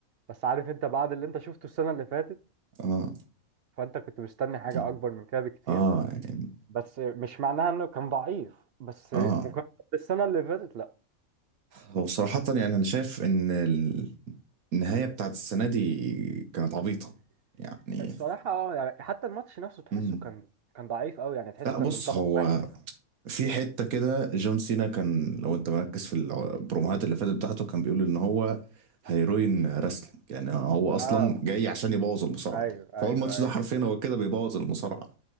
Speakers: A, on the right; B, on the right.
A: بس عارف أنت بعد اللي أنت شفته السنة اللي فاتت
B: اه
A: فأنت كنت مستني حاجة
B: مم،
A: أكبر من كده بكتير
B: اه يعني
A: بس مش معناها إنه كان ضعيف بس
B: اه
A: مقارنة بالسنة اللي فاتت
B: هو صراحة
A: لا
B: يعني انا شايف ان ال- النهاية بتاعت السنة دي كانت عبيطة يعني
A: الصراحة اه يعني حتى الماتش نفسه تحسه
B: مم.
A: كان كان ضعيف قوي يعني تحسه
B: لا
A: كان
B: بص
A: من طرف
B: هو
A: واحد
B: في حتة كده جون سينا كان لو انت مركز في البروموهات اللي فاتت بتاعته كان بيقول ان هو هيروين راسلينج يعني هو اصلا
A: اه
B: جاي عشان يبوظ المصارعة
A: ايوه ايوه
B: فهو الماتش
A: ايوه
B: ده حرفيا هو كده بيبوظ المصارعة